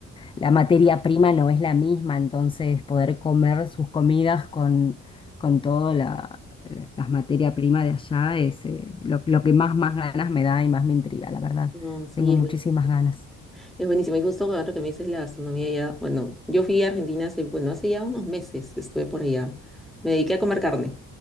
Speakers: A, on the left; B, in the centre.
A: la materia prima no es la misma, entonces poder comer sus comidas con, con toda la, las materia prima de allá es eh, lo, lo que más, más ganas me da y más me intriga, la verdad.
B: No, sí,
A: Tengo
B: es
A: muchísimas
B: buenísimo.
A: ganas.
B: Es buenísimo. Y justo ahora que me dices la gastronomía ya, bueno, yo fui a Argentina hace, bueno, hace ya unos meses estuve por allá. Me dediqué a comer carne.